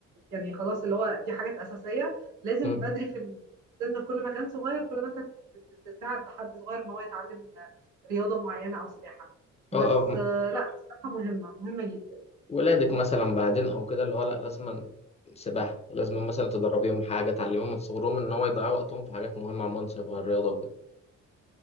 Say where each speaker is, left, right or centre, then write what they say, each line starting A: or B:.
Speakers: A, on the right; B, on the left.
A: يعني خلاص اللي هو دي حاجات اساسيه لازم
B: مم.
A: بدري في السن كل ما كان صغير كل ما انت ت- ت- تساعد حد صغير ان هو يتعلم رياضه معينه او سباحه بس
B: اه اه مم.
A: آه، لا السباحه مهمه مهمه جدا
B: ولادك مثلا بعدين او كده اللي هو لا لازما سباحة لازم مثلا تدربيهم حاجة تعلميهم من صغرهم ان هو يضيعوا وقتهم في حاجات مهمة عن منصب والرياضة وكده